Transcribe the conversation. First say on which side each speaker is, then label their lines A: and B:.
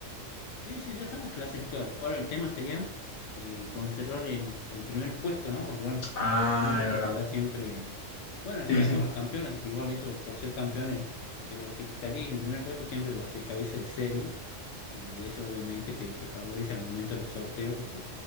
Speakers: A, on the left; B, on the left.
A: Sí, sí, ya estamos clasificados. Ahora el tema sería eh, conservar el, el primer puesto, ¿no? Porque bueno,
B: Ah,
A: el primer puesto
B: es verdad.
A: te da siempre... Bueno, en
B: Sí,
A: realidad
B: sí.
A: somos campeones, así que igual eso por ser campeones, pero si salís en primer puesto siempre va a ser cabeza de serie y eso obviamente te, te favorece al momento de los sorteos porque